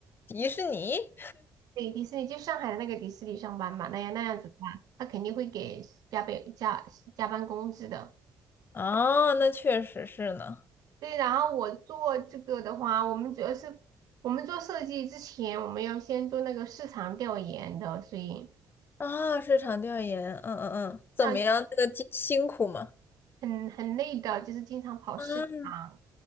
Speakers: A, on the left; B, on the right.
A: 迪士尼
B: 对迪士尼就上海的那个迪士尼上班嘛，那样那样子的话，他肯定会给加倍加加班工资的。
A: 啊，那确实是呢。
B: 对，然后我做这个的话，我们主要是我们做设计之前，我们要先做那个市场调研的，所以
A: 啊，市场调研，嗯嗯嗯，怎么样？
B: 那
A: 这个辛辛苦吗？
B: 很很累的，就是经常跑市场。
A: 啊，